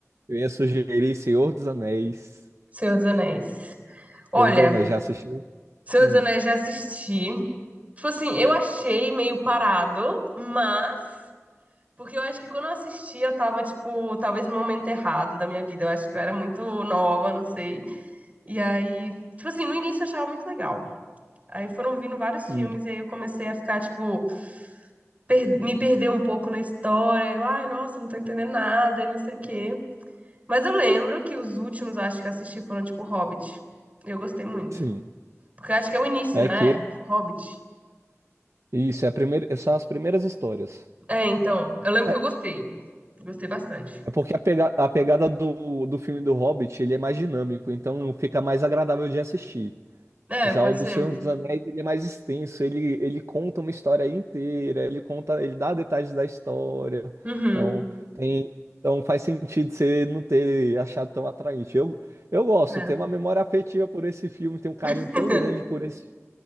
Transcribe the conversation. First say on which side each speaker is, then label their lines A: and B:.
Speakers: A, on the right; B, on the right.
A: eu ia sugerir Senhor dos Anéis.
B: Senhor dos Anéis. Olha,
A: Senhor dos Anéis, já assistiu?
B: Senhor
A: Hum,
B: dos Anéis já assisti. Tipo assim, eu achei meio parado, mas. Porque eu acho que quando eu assisti, eu tava, tipo, talvez no momento errado da minha vida. Eu acho que eu era muito nova, não sei. E aí, tipo assim, no início eu achava muito legal. Aí foram vindo vários filmes,
A: hum,
B: e aí eu comecei a ficar, tipo, per- me perder um pouco na história. Eu, ai, nossa, não tô entendendo nada e não sei o quê. Mas eu lembro que os últimos, acho que eu assisti, foram, tipo, Hobbit. Eu gostei muito.
A: sim.
B: Porque eu acho que é o início,
A: É
B: né?
A: que
B: Hobbit.
A: isso é a primeira, são as primeiras histórias.
B: É, então. Eu lembro
A: É
B: que eu gostei. Gostei bastante.
A: é porque a, pega- a pegada do, do filme do Hobbit, ele é mais dinâmico, então fica mais agradável de assistir.
B: É,
A: Já
B: pode
A: o do
B: ser.
A: Senhor dos Anéis, ele é mais extenso, ele, ele conta uma história inteira, ele conta, ele dá detalhes da história.
B: Uhum.
A: Então, tem, então faz sentido você não ter achado tão atraente. Eu, eu gosto,
B: É.
A: tenho uma memória afetiva por esse filme, tenho um carinho
B: <laughs>
A: tão grande por esse